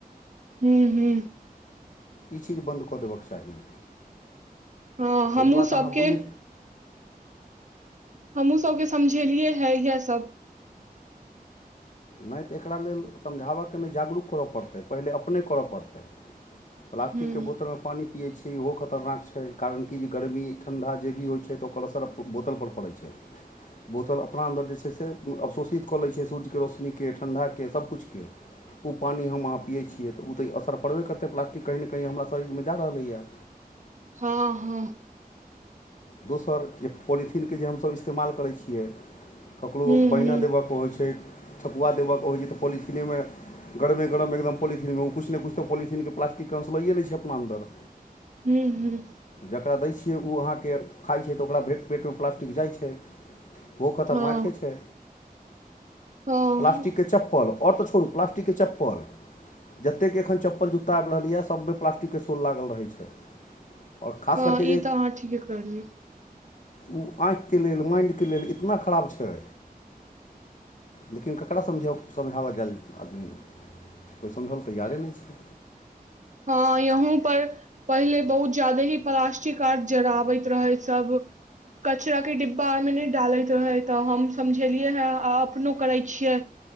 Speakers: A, on the right; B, on the left.
A: हूँ हूँ
B: ई चीज बन्द कऽ देबके चाही।
A: हँ
B: तऽ
A: हमूँ
B: ई बात
A: सबके।
B: अहाँ बुझि
A: हमूँ सबके समझेलियै हेए इएहसब
B: नै तऽ एकरा लेल समझाब के नै जागरूक कर पड़तै पहिले अपने कर पड़तै। प्लास्टिक
A: हूँ
B: के बोतलमे पानि पियै छी। कि ओहो खतरनाक छै कारण कि जे गरमी ठण्डा जे भी होइ छै तऽ ओकर असर बोतल पर पड़ै छै। बोतल अपना अन्दर जे छै से अवशोषित कऽ लै छै सूर्यके रोश ने ठण्डाके सब कुछुके। उ पानि हम अहाँ पियै छियै तऽ उ तऽ असर पड़बे करतै प्लास्टिक कही न कही हमरा शरीरमे जा रहलैए।
A: हँ हँ।
B: दोसर जे पोलिथिनके जे हमसब इस्तेमाल करै छियै। ककरो
A: हूँ
B: बैना
A: हूँ
B: देबऽके होइ छै ठकुआ देबऽके होइ छै तऽ पोलिथिनेमे। गरमे गरम एकदम पॉलिथिनमे ओ कुछ न कुछ पॉलिथिनके प्लास्टिक अंश लइए लै छै अपना अन्दर।
A: हूँ हूँ।
B: जकरा दै छियै उ अहाँके खाइ छै तऽ ओकरा भे पेटमे प्लास्टिक जाइ छै। ओ खतरनाके
A: हँ
B: छै।
A: हँ
B: प्लास्टिकके चप्पल आओर तऽ छोड़ू प्लास्टिकके चप्पल। जतेके एखन चप्पल जूत्ता आबि रहलैयऽ सबमे प्लास्टिकके शोल लागल रहै छै। आओर खास
A: हँ
B: करके
A: ई
B: जे
A: तऽ अहाँ ठीके करलिय।
B: ओ आँखिके लेल माइंडके लेल इतना खराब छै। लेकिन ककरा समझाव समझाबय जा आदमी। कोइ समझल तैयारे नइ छै
A: हँ यहूं पर पहिले बहुत ज्यादे ही प्लास्टिक आर जराबैत रहै सब कचराके डिब्बा आरमे नय डालैत रहै तऽ हम समझेलियै हे आ अपनो करैत छियै